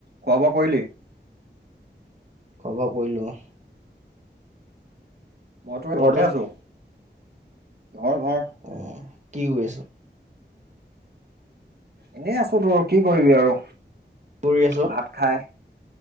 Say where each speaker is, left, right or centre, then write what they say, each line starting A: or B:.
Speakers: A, on the right (about 60°); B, on the right (about 40°).
A: খুৱাব কৰিলি।
B: খৰব কৰিলো অ,
A: মই তোৰ
B: ক'ত
A: এই ঘৰতে
B: আছ
A: আছো। ঘৰ - ঘৰ।
B: অ কি কৰি আছা?
A: এনেই আছো তোৰ কি কৰিবি আৰু,
B: কৰি আছ
A: ভাত খাই।